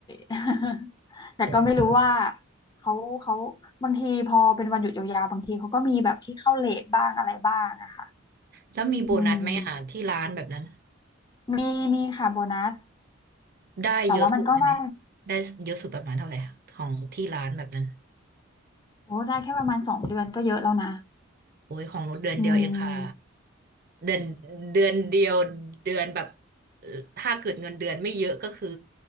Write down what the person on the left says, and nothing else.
<laughs> แต่ก็ไม่รู้ว่า
เขาเขาบางทีพอเป็นวันหยุดยาวๆบางทีเขาก็มีแบบที่เข้าเลทบ้างอะไรบ้างอะค่ะ
อืม มีมีค่ะโบนัส
แต่ว่ามันก็ได้
โอ้ได้แค่ประมาณสองเดือนก็เยอะแล้วนะ
อืม